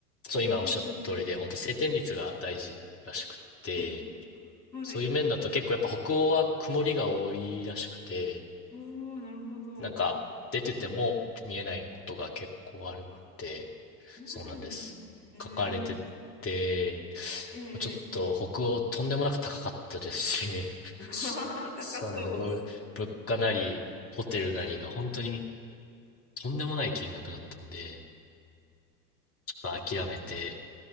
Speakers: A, on the left; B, on the left.
A: そう、今おっしゃった通りで、
B: うんうん。
A: 本当晴天率が大事らしくって、
B: はい。はい。
A: そういう面だと結構やっぱ北欧は曇りが多いらしくて、
B: おお、なるほど。
A: なんか出てても見えないことが結構あるって、
B: あそうなんですね。
A: そうなんです。
B: え
A: 書かれてて、
B: え
A: ちょっと北欧とんでもなく高かったですし、
B: う <laughs> わー高そう。
A: <laughs> そうなんです。ぶ物価なり、ホテルなりが本当に
B: うん。
A: とんでもない金額だったんで、ちょっと諦めて、
B: なんか、